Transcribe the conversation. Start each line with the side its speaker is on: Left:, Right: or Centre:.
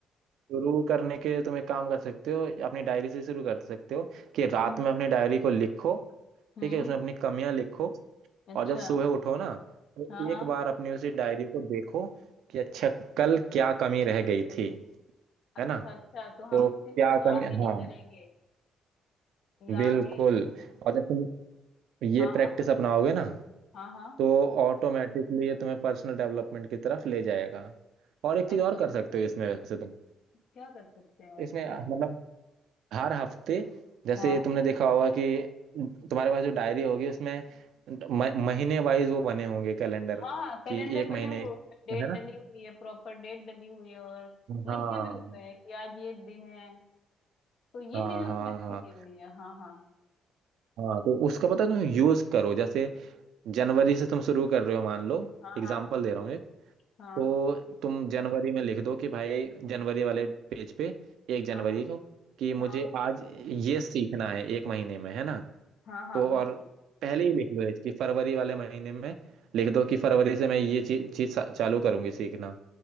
Right: शुरू करने के लिए तुम एक काम कर सकते हो अपनी डायरी से शुरू कर सकते हो कि रात
Left: हम्म
Right: में अपनी डायरी को लिखो
Left: हम्म
Right: ठीक है उसमें अपनी कमियां लिखो
Left: अच्छा
Right: और जब सुबह उठो ना तो
Left: हाँ हाँ
Right: एक बार अपनी उसी डायरी को देखो कि अच्छा कल क्या कमी रह गई थी
Left: अच्छा
Right: है ना
Left: अच्छा तो
Right: तो
Left: हम इस
Right: क्या
Left: चीज को
Right: कमी
Left: आगे नहीं
Right: हाँ
Left: करेंगे या
Right: बिल्कुल
Left: आगे
Right: और जब तुम ये
Left: हाँ
Right: प्रैक्टिस
Left: हाँ
Right: अपनाओगे ना
Left: हाँ हाँ
Right: तो ऑटोमेटिकली ये तुम्हें पर्सनल डेवलपमेंट की तरफ ले जाएगा और एक चीज
Left: अच्छा
Right: और कर सकते हो इसमें वैसे तुम
Left: क्या कर सकते हैं और
Right: इसमें
Left: इसमें
Right: मतलब हर हफ्ते जैसे
Left: हाँ
Right: तुमने देखा होगा कि तुम्हारे पास जो डायरी होगी उसमें म- महीने वाइज वो बने होंगे कैलेंडर
Left: हाँ कैलेंडर
Right: कि एक
Left: बने
Right: महीने
Left: हुए उसमें डेट
Right: है ना
Left: डली हुई है प्रॉपर डेट डली हुई है और लिखे
Right: हाँ
Left: भी हुए हैं कि आज ये दिन है तो ये
Right: हाँ
Left: चीजें उसमें
Right: हाँ
Left: अच्छी
Right: हाँ
Left: दी हुई है हाँ हाँ
Right: हाँ तो उसका पता है तुम यूज करो जैसे जनवरी से तुम शुरू कर रहे हो मान लो
Left: हाँ
Right: एग्जाम्पल दे रहा हूँ
Left: हाँ
Right: तो तुम जनवरी में लिख दो कि भाई जनवरी वाले पेज पे एक जनवरी
Left: हाँ हाँ
Right: को कि मुझे
Left: हाँ हाँ
Right: आज ये सीखना है एक महीने में है ना
Left: हाँ हाँ
Right: तो
Left: बिल्कुल
Right: और पहले ही लिख लो कि फरवरी वाले महीने में लिख दो कि फरवरी से मैं ये चीज चीज चालू करूंगी सीखना